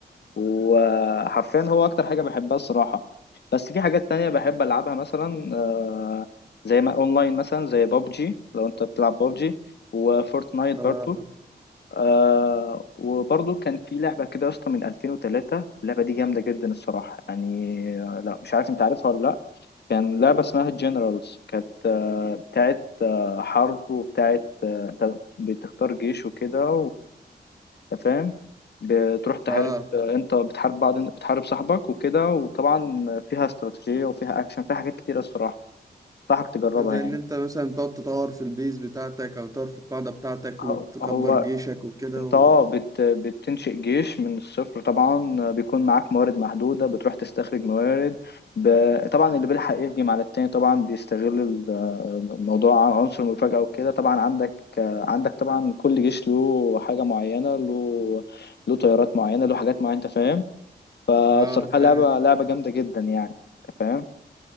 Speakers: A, on the left; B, on the right.
A: وحرفيا هو اكتر حاجه بحبها الصراحه بس في حاجات تانية بحب العبها مثلا آه، زي ما اونلاين مثلا زي بابجي لو انت بتلعب بابجي وفورتنايت
B: صعب.
A: برضو آه وبرضو كان في لعبة كده يا اسطى من 2003 اللعبة دي جامدة جدا الصراحة يعني آه، لا مش عارف انت عارفها ولا لا كان لعبة اسمها جنرالز كانت آه، بتاعت آه، حرب وبتاعت آه، انت بتختار جيش وكده انت فاهم بتروح تحارب
B: اه
A: انت بتحارب بعض بتحارب صاحبك وكده وطبعا فيها استراتيجية وفيها اكشن فيها حاجات كتيرة الصراحة انصحك تجربها
B: زي
A: يعني
B: ان انت مثلا تقعد تطور في البيز بتاعتك او تطور في القاعدة بتاعتك
A: هو
B: وتكبر
A: هو
B: جيشك وكده
A: انت
B: و...
A: اه بت بتنشئ جيش من الصفر طبعا بيكون معاك موارد محدودة بتروح تستخرج موارد ب... طبعا اللي بيلحق يهجم على التاني طبعا بيستغل ال- الموضوع عن عنصر المفاجأة وكده طبعا عندك عندك طبعا كل جيش له حاجة معينة له له طيارات معينة له حاجات معينة انت فاهم فصراحة
B: اه فاهم
A: لعبة لعبة جامدة جدا يعني انت فاهم